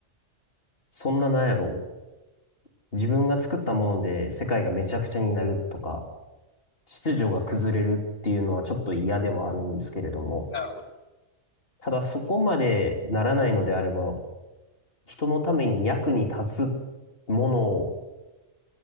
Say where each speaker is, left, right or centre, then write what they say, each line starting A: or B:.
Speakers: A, on the left; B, on the left.
A: そんななんやろう。自分が作ったもので世界がめちゃくちゃになるとか、秩序が崩れるっていうのはちょっと嫌ではあるんですけれども、
B: なるほど。
A: ただそこまでならないのであれば、人のために役に立つもの